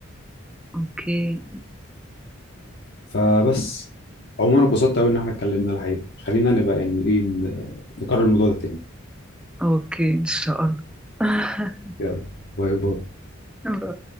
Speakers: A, in the centre; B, on the left.
A: اوكي
B: فبس عموما أنا اتبسطت قوي ان احنا اتكلمنا الحقيقه خلينا نبقى يعني ايه ن- نكرر الموضوع ده تاني
A: اوكي ان شاء الله <laughs>
B: يلا باي باي
A: الله